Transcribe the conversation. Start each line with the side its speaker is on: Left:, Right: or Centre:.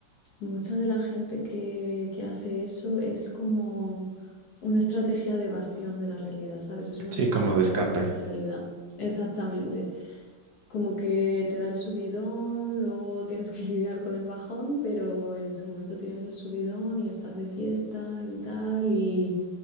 Left: mucha de la gente que, que hace eso es como una estrategia de evasión de la realidad, ¿sabes? Es una
Right: Sí,
Left: manera
Right: como
Left: de evadirte
Right: de escape.
Left: de la realidad. Exactamente como que te da el subidón, luego tienes que <laughs> lidiar con el bajón, pero en ese momento tienes el subidón y estás de fiesta y tal, y,